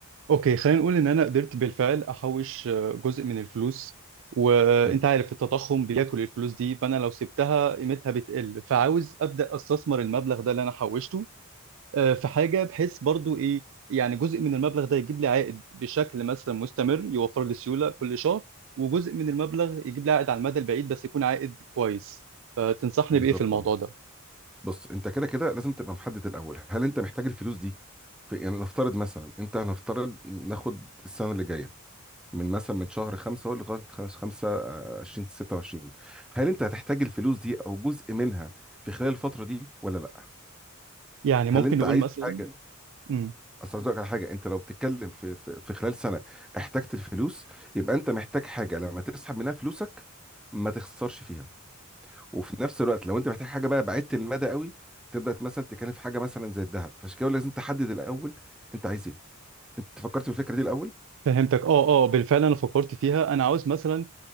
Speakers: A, on the right; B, in the centre.
A: اوكي خلينا نقول ان انا قدرت بالفعل احوش آه، جزء من الفلوس وانت
B: حلو
A: عارف التضخم بياكل الفلوس دي فانا لو سبتها قيمتها بتقل فعاوز ابدا استثمر المبلغ ده اللي انا حوشته آه، في حاجه بحيث برضو ايه يعني جزء من المبلغ ده يجيب لي عائد بشكل مثلا مستمر يوفر لي سيوله كل شهر وجزء من المبلغ يجيب لي عائد على المدى البعيد بس يكون عائد كويس فتنصحني
B: بالظبط
A: بايه في الموضوع
B: اه
A: ده
B: بص انت كده كده لازم تبقى محدد الاول هل انت محتاج الفلوس دي في يعني نفترض مثلا انت هنفترض ناخد السنه اللي جايه من مثلا من شهر خمسة هو لغايه خمس- خمسة آه، 20 26 هل انت هتحتاج الفلوس دي او جزء منها في خلال الفتره دي ولا لا
A: يعني
B: هل
A: ممكن
B: انت
A: نقول
B: عايز
A: مثلا
B: حاجه
A: امم
B: اصل عايز أقولك على حاجه انت لو بتتكلم في في, في خلال سنه احتجت الفلوس يبقى انت محتاج حاجه لما تسحب منها فلوسك ما تخسرش فيها وفي نفس الوقت لو انت محتاج حاجه بقى بعيدة المدى قوي تبدا مثلا تتكلم في حاجه مثلا زي الذهب فعشان كده لازم تحدد الاول انت عايز ايه انت فكرت في الفكره دي الاول
A: فهمتك اه اه بالفعل انا فكرت فيها انا عاوز مثلا